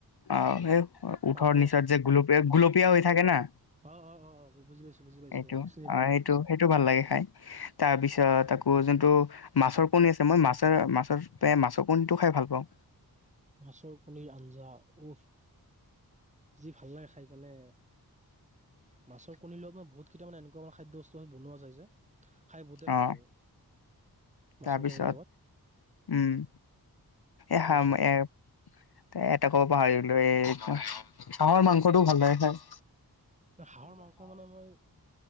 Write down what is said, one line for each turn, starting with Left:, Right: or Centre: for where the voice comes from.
Left: অঁ' সে উঠৰ
Right: পাবদা
Left: নিচাত যে গুলপীয়া, গুলপীয়া হৈ থাকে না।
Right: অহ'-অহ'-অহ'-অহ' বুজি পাইছো বুজি পাইছো
Left: এইটো
Right: অঁ' চিনি
Left: অ',
Right: পাওঁ।
Left: সেইটো সেইটো ভাল লাগে খাই তাৰ পিছত আকৌ যোনটো মাছৰ কণী আছে মই মাছ মাছৰ মাছৰ কণীটো খাই ভাল পাওঁ।
Right: মাছৰ কণীৰ আঞ্জা উফ। যি ভাল লাগে খাই কেনে। মাছৰ কণীৰ লগত মই বহুত কেইটা মানে এনেকুৱা মান খাদ্য বস্তু বনোৱা যায় যে খাই বহুতেই
Left: অ',
Right: ভাল লাগে। মাছৰ
Left: তাৰপিছত
Right: কণীৰ লগত
Left: উম, এ
Right: তাৰপিছত
Left: <unintelligible> এ, আকৌ পাহৰিলো এ। হাঁহৰ মাংসটো ভাল লাগে খাই।
Right: হাঁহৰ মাংস মানে মই-